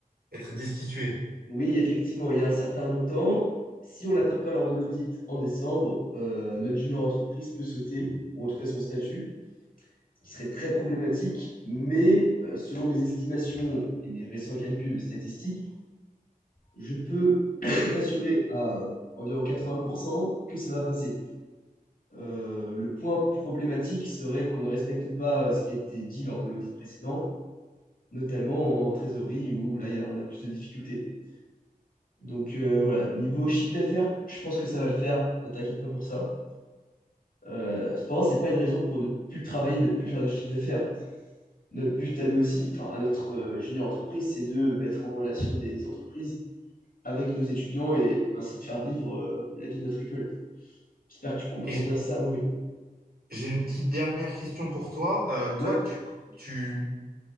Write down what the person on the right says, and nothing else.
être destitué.
Et
j'ai une petite dernière question pour toi. Euh, toi,
tu, tu,